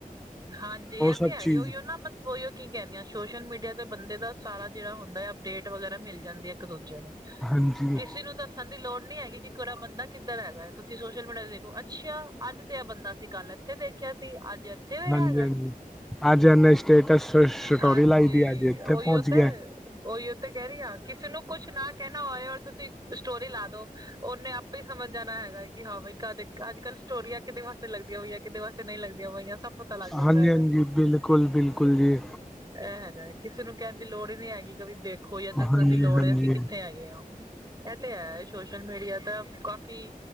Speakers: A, on the right (about 25°); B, in the centre.
A: ਹਾਂਜੀ,
B: ਉਹ
A: ਇਹ
B: ਸਭ
A: ਤੇ ਆਈ
B: ਚੀਜ਼
A: ਈਓ ਨਾ ਬੱਚ ਉਹੀਓ ਕੀ ਕਹਦੀਆਂ ਸੋਸ਼ਲ ਮੀਡੀਆ ਤੇ ਬੰਦੇ ਦਾ ਸਾਰਾ ਜਿਹੜਾ ਹੁੰਦਾ ਹੈ। ਅਪਡੇਟ ਵਗੈਰਾ ਮਿਲ ਜਾਂਦੀ ਹੈ ਇੱਕ ਦੂਜੇ ਨੂੰ।
B: ਹਾਂਜੀ
A: ਕਿਸੇ ਨੂੰ ਦੱਸਣ। ਦੱਸਣ ਦੀ ਲੋੜ ਨਹੀਂ ਹੈਗੀ। ਕੀ ਕਿਹੜਾ ਬੰਦਾ ਕਿੱਧਰ ਹੈਗਾ, ਤੁਸੀਂ ਸੋਸ਼ਲ ਮੀਡੀਆ ਦੇਖੋ ਅੱਛਾ ਅੱਜ ਤੇ ਇਹ ਬੰਦਾ ਸੀ ਗੱਲ। ਇੱਥੇ ਦੇਖਿਆ ਸੀ ਅੱਜ। ਇੱਥੇ ਵੀ
B: ਹਾਂਜੀ-
A: ਹੈਗਾ
B: ਹਾਂਜੀ। ਅੱਜ ਇਨੇ ਸਟੇਟਸ ਸਟੋਰੀ
A: ਹਾਂਜੀ
B: ਲਾਈ ਦੀ। ਅੱਜ ਇੱਥੇ
A: ਉਹੀਓ
B: ਪਹੁੰਚ
A: ਤੇ
B: ਗਿਆ।
A: ਉਹੀਓ ਤੇ ਕਹਿ ਰਹੀ ਹਾਂ। ਕਿਸੇ ਨੂੰ ਕੁੱਛ ਨਾ ਕਹਿਣਾ ਹੋਏ, ਔਰ ਤੁਸੀਂ। ਸਟੋਰੀ ਲਾ ਦੋ। ਉਹਨੇ ਆਪੇ ਹੀ ਸਮਂਝ ਜਾਣਾ ਹੈਗਾ। ਹੈ ਕਿ ਹਾਂ ਬਾਈ ਕਦੇ ਅੱਜ ਕੱਲ। ਸਟੋਰੀਆਂ ਕਿਹਦੇ ਵਾਸਤੇ ਲੱਗਦੀਆਂ ਹੋਈਆਂ। ਕਿਹਦੇ ਵਾਸਤੇ ਨਹੀਂ ਲੱਗਦੀ ਹੋਈਆਂ। ਸੱਬ ਪਤਾ ਲੱਗ ਜਾਂਦਾ
B: ਹਾਂਜੀ
A: ਹੈਗਾ।
B: ਹਾਂਜੀ ਬਿਲਕੁਲ ਬਿਲਕੁਲ ਜੀ
A: ਇਹ ਹੈਗਾ। ਕਿਸੇ ਨੂੰ ਕਹਿਣ ਦੀ ਲੋੜ ਹੀ ਨਹੀਂ ਹੈਗੀ। ਕਦੀ ਦੇਖੋ ਜਾਂ ਦੱਸਣ
B: ਹਾਂਜੀ
A: ਦੀ ਲੋੜ
B: ਹਾਂਜੀ
A: ਹੈ ਅਸੀਂ ਕਿੱਥੇ ਹੈਗੇ ਹੈ। ਇਹ ਤੇ ਹੈ। ਸੋਸ਼ਲ ਮੀਡੀਆ ਤਾਂ ਕਾਫ਼ੀ